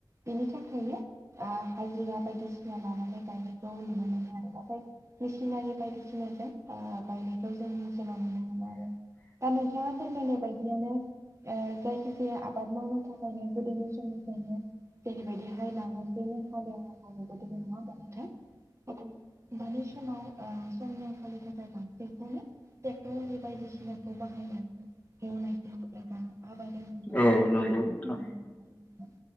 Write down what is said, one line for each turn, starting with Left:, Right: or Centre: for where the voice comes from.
Right: बेनि थाखायनो ओ हाजिरा बायदिसिना लानानै गायनायखौ नुनो मोनो आरो नाथाय मेसिनारि बायदिसिनाजों बायनायखौ जोंनि ओनसोलाव नुनो मोनो आरो दा नोंथांङा फोरमायनाय बायदियानो ओ जायखि -जाया आबाद मावनो थाखायनो गोदोनि समनिफ्रायनो जेरैबायदिहाय नांगोल जोंनो हालेवनांगौ बेबायदि नंङा होमबा नोंथां? नाथाय दानि समाव ओ समनि आंखालनि थाखाय बांसिनखौनो ट्रेक्टर बे बायदिसिनाखौ बाहायनानै एवनायखौ एबा आबाद एवनाय
Left: औ
Right: आबाद मावनायखौ
Left: नंगौ
Right: नुनो
Left: नोंथां।
Right: मोनो आरो नोंथां